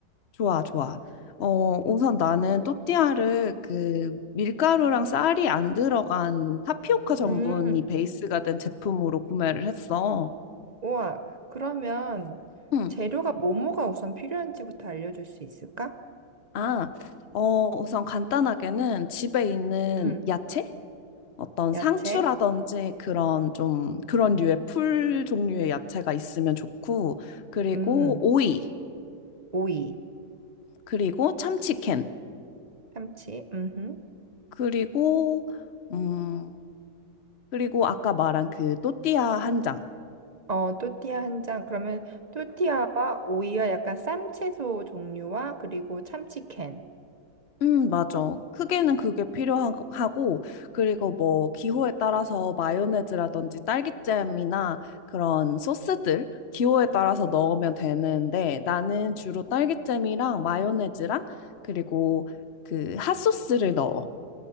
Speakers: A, on the left; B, on the right.
A: 좋아, 좋아. 어, 우선 나는 또띠아를 그 밀가루랑 쌀이 안 들어간 타피오카 전분이
B: 음.
A: 베이스가 된 제품으로 구매를 했어.
B: 우와. 그러면
A: 응,
B: 재료가 뭐뭐가 우선 필요한지부터 알려줄 수 있을까?
A: 아, 어, 우선 간단하게는 집에 있는
B: 응.
A: 야채? 어떤 상추라든지
B: 야채.
A: 그런 좀 그런 류의 풀 종류의 야채가 있으면 좋고, 그리고
B: 음.
A: 오이,
B: 오이.
A: 그리고 참치캔,
B: 참치. 음.
A: 그리고, 음, 그리고 아까 말한 그 또띠아 한 장.
B: 어, 또띠아 한 장. 그러면 또띠아와 오이와 약간 쌈채소 종류와 그리고 참치캔.
A: 음, 맞아. 크게는 그게 필요하고, 그리고 뭐, 기호에 따라서 마요네즈라든지 딸기잼이나 그런 소스들, 기호에 따라서 넣으면 되는데, 나는 주로 딸기잼이랑 마요네즈랑, 그리고 그 핫소스를 넣어.